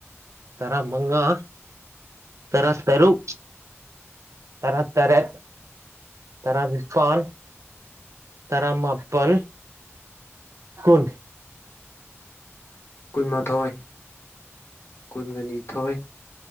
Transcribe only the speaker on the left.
ꯀꯨꯟꯃꯥꯊꯣꯏ ꯀꯨꯟꯒ ꯅꯤꯊꯣꯏ